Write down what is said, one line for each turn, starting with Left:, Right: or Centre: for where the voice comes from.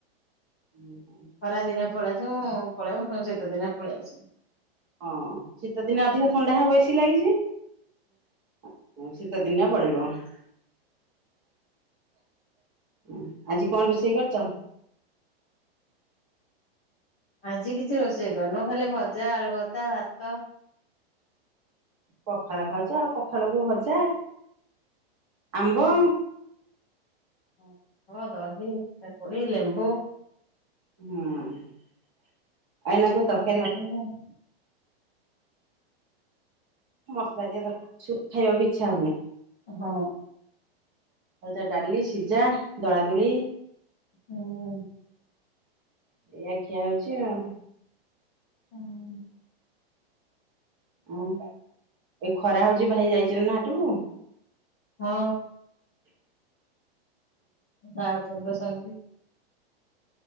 Right: ହୁଁ।
Left: ଖରା ଦିନିଆ ପଳେଇ ଆସୁ ପଳେଇବୁ ଶୀତ ଦିନେ ପଳେଇ ଆସିବୁ।
Right: ହଁ ଶୀତ ଦିନେ ଅଧିକ ଥଣ୍ଡା ହବ ଏସି ଲାଗିଛି ହଁ ଶୀତ ଶୀତ ଦିନିଆ ପଳେଇବ ହୁଁ ଆଜି କଣ ରୋଷେଇ କରିଛ?
Left: ଆଜି କିଛି ରୋଷେଇ କରିନୁ ଖାଲି ଭଜା ଆଳୁ ଭର୍ତା ଭାତ
Right: ପଖାଳ ଖାଉଛ ଆ ପଖାଳକୁ ଭଜା ଆମ୍ବ
Left: ହଁ ହଁ ଦହି ହି ଲେମ୍ବୁ
Right: ହୁଁ। ଏଇନାକୁ
Left: ସେତେ
Right: ତରକାରୀ
Left: ତ ଖାଉଛନ୍ତି ଆଉ।
Right: ମସଲା ଦିଆ ତରକାରୀ ଖାଇବାକୁ ଇଚ୍ଛା ହଉନି।
Left: ହୁଁ
Right: ଆଉ ଯାହା ଡାଲି, ସିଝ, ଦଳାଦୁଳି
Left: ହୁଁ।
Right: ଏୟା ଖିଆ ହଉଛି ଆଉ।
Left: ହୁଁ।
Right: ଓ ଏ ଖରା ହଉଛି ଭାଇ ଯାଇଛନ୍ତି ନା ହାଟକୁ?
Left: ହଁ।
Right: <inaudible>
Left: <unintelligible> <unintelligible>